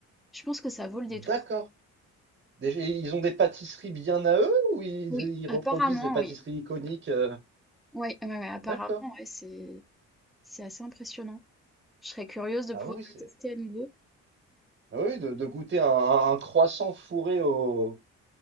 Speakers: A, in the centre; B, on the right (about 40°).
A: Je pense que ça vaut le détour.
B: D'accord. Déjà, ils ont des pâtisseries bien à eux ou ils,
A: Oui,
B: ils reproduisent
A: apparemment,
B: des pâtisseries
A: oui.
B: iconiques? euh
A: Ouais, ouais, ouais, apparemment,
B: D'accord.
A: ouais, c'est c'est assez impressionnant. Je serais curieuse de
B: Ah
A: pouvoir
B: oui,
A: le
B: c'est.
A: tester à nouveau.
B: Ah oui, de, de goûter un, un- un croissant fourré au,